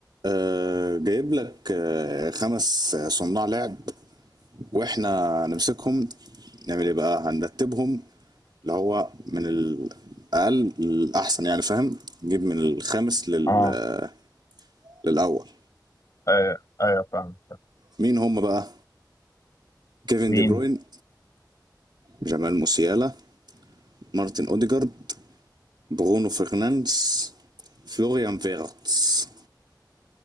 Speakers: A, on the right (about 65°); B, on the left (about 45°).
A: آه، جايب لك آه، خمس آه، صناع لعب واحنا نمسكهم نعمل ايه بقى هنرتبهم اللي هو من الاقل للاحسن يعني فاهم نجيب من الخامس لل...
B: اه
A: آه، للاول
B: ايوه ايوه فاهم فاهم.
A: مين هم بقى كيفن
B: مين
A: دي بروين جمال موسيالا مارتن اوديجارد برونو فرنانديز فلوريان فيرتس